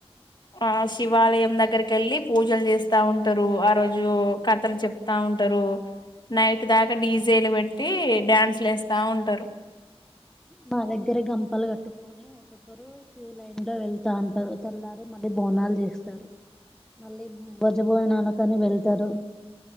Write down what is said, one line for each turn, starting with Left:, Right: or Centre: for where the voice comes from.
Left: ఆ శివాలయం దగ్గరికేళ్ళి పూజలు చేస్తా ఉంటారు ఆరోజు కథలు చెప్తా ఉంటారు నైట్ దా క డీజేలు పెట్టి డ్యాన్స్లు ఏస్తా ఉంటారు
Centre: మా దగ్గర గంపాలు కట్టుకొని ఒక్కొక్కరు క్యూ లైన్ లో వెళ్తా అంటారు తెల్లారి మళ్ళీ బోనాలు చేస్తారు మళ్ళీ భొజ భోజనాలకాని వెళ్తారు